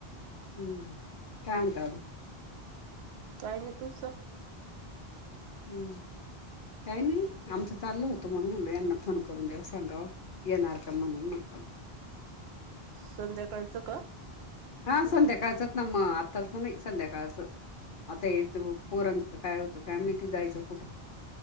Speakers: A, on the left; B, on the right.
A: हम्म कायत
B: काही नाही तूस
A: हम्म काही नाही आमचं चाललं होतं म्हणून मुल यांना फोन करून द्याव सांगाव येणार का म्हणून मगत
B: संध्याकाळचं का
A: हा संध्याकाळचत नम आतस न संध्याकाळच म य पूरन काय होतं काय आम्ही ते जायचं कुठं